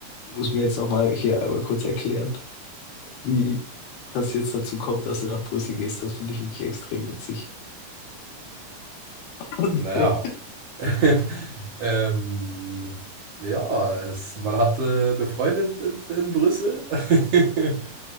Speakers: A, on the left; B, on the right.
A: Muss mir jetzt nochmal hier einmal kurz erklären, wie das jetzt dazu kommt, dass du nach Brüssel gehst. Das finde ich wirklich extrem witzig. <laughs>
B: Naja, <laughs> ähm, ja, es, man hatte eine Freundin in, in Brüssel, <laughs>